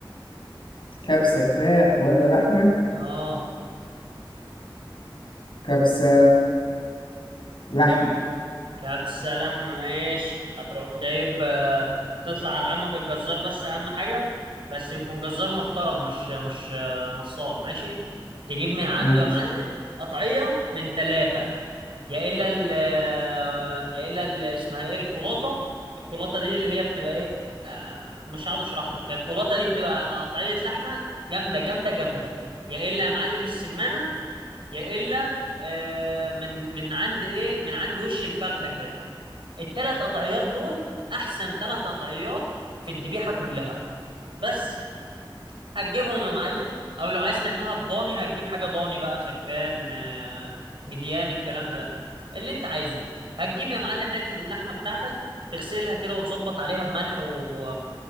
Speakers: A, on the left; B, on the right.
A: كبسة فراخ ولا لحمة؟
B: اه
A: كبسة لحمة
B: كبسة لحمة ماشي هتروح جايب آه، تطلع على عمك الجزار بس أهم حاجة بس يكون جزار محترم مش مش آه، نصاب ماشي تجيب من عنده
A: ماشي
B: يا معلم قطعية من ثلاثة يا إلا ال آه، يا إلا ال اسمها إيه الكولاطة الكولاطة دي اللي هي بتبقى إيه آه، مش هقعد أشرح لك هي الكولاطة دي بتبقى قطعية لحمة جامدة جامدة جامدة يا إلا يا معلم السمنة يا إلا آه، من من عند إيه من عند وش الفخدة كده الثلاث قطعيات دول احسن ثلاث قطعيات في الذبيحه كلها بس هتجيبهم يا معلم او لو عايز تعملها بضاني هتجيب حاجه ضاني بقى خرفان م- جديان الكلام ده اللي انت عايزه هتجيب يا معلم حته اللحمه بتاعتك تغسلها كده وتظبط عليها بملح و...